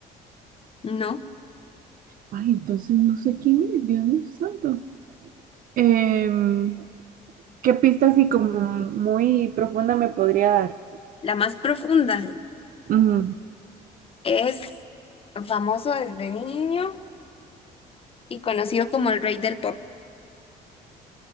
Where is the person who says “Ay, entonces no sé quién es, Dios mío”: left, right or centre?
Right